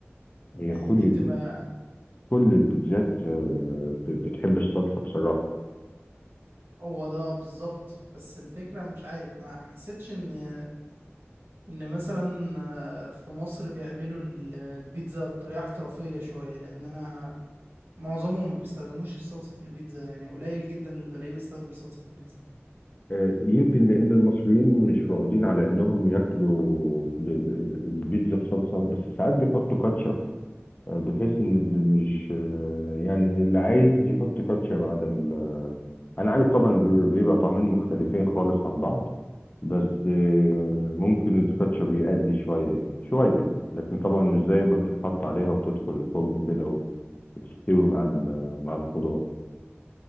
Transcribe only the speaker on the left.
هي
كل
كل البيتزات آه، بتحب الصلصة بصراحة
آه، يمكن لأن المصريين مش واخدين على إنهم ياكلوا ب- ال- البيتزا بصلصة بس ساعات بيحطوا كاتشب آه، بحيث إن اللي مش آه، يعني اللي عايز يحط كاتشب على ال أنا عارف طبعا بي- بيبقى طعمين مختلفين خالص عن بعض بس
آه، ممكن الكاتشب يأدي شوية يعني شوية لكن طبعا مش زي ما بتتحط عليها وتدخل الفرن كده وتستوي مع ال- مع الخضار